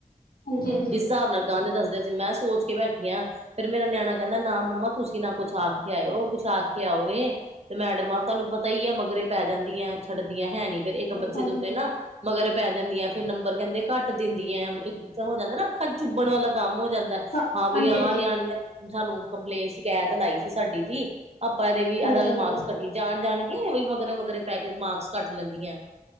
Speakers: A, on the left; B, on the right.
A: ਹਾਂਜੀ-ਹਾਂਜੀ।
B: ਜਿਸ ਹਿਸਾਬ ਲੱਗਾ ਦੇ ਦੱਸਦੇ ਸੀ ਮੈਂ ਸੋਚ ਕੇ ਬੈਠੀ ਹਾਂ। ਫੇਰ ਮੇਰਾ ਨਿਆਣਾ ਕਹਿੰਦਾ ਨਾ ਮੰਮਾ ਤੁਸੀਂ ਨਾ ਕੁੱਛ ਆਖ ਕੇ ਆਇਓ, ਕੁਛ ਆਖ ਕੇ ਆਓਗੇ ਤੇ ਮੈਡਮਾਂ ਤੁਹਾਨੂੰ ਪਤਾ ਹੀ ਏ ਮਗਰੇ ਪੈ ਜਾਂਦੀਆਂ ਐ ਛੱਡਦੀਆਂ ਹੈ, ਨੀ ਫੇਰ ਇੱਕ ਬੱਚੇ
A: ਹਾਂਜੀ
B: ਦੇ ਉੱਤੇ
A: ਹਾਂਜੀ ਹਾਂਜੀ
B: ਨਾ ਮਗਰ ਪੈ ਜਾਂਦੀਆ ਫੇਰ ਨੰਬਰ ਕਹਿੰਦੇ ਘੱਟ ਦਿੰਦੀਆਂ ਹੈ। ਤਾਂ ਹੋ ਜਾਂਦਾ ਨਾ ਅੱਖਾਂ ਚੁੱਬਣ ਵਾਲਾ ਕੰਮ ਹੋ ਜਾਂਦਾ ਏ।
A: ਹਾਂਜੀ
B: ਹਾਂ ਬਈ ਆਹ ਨਿਆਣੇ ਨੇ ਸਾਨੂੰ ਕੰਪਲੇਂਟ ਸ਼ਿਕਾਇਤ ਲਾਈ ਸੀ ਸਾਡੀ ਜੀ। ਆਪਾਂ ਇਹਦੇ ਵੀ ਇਹਦਾ
A: ਹਾਂਜੀ
B: ਵੀ
A: ਹਾਂਜੀ
B: ਮਾਰਕਸ ਕੱਟੀਏ ਜਾਣ-ਜਾਣ ਕੇ ਵੀ ਮਗਰੇ-ਮਗਰੇ ਪੈ ਕੇ ਮਾਰਕਸ ਕੱਟ ਲੈਂਦੀਆਂ,